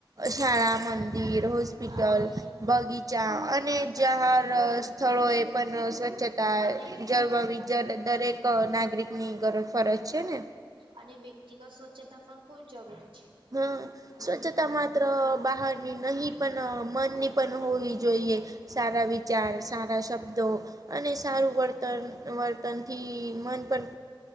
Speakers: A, on the right; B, on the right.
A: શાળા મંદિર હોસ્પિટલ
B: અને
A: બગીચા અને જાર. સ્થળો એ પણ સ્વચ્છતા
B: અને
A: જળબાવી દરેક નાગરિકની ગર ફરજ. ને.
B: અને વ્યક્તિગત સ્વચ્છતા પણ ખૂબ જરૂરી છે.
A: હા. સ્વચ્છતા માત્ર બહારની નહી પણ મનની પણ હોવી જોઈએ. સારા વિચાર સારા શબ્દો. અને સારું વર્તન વર્તનથી મન પણ.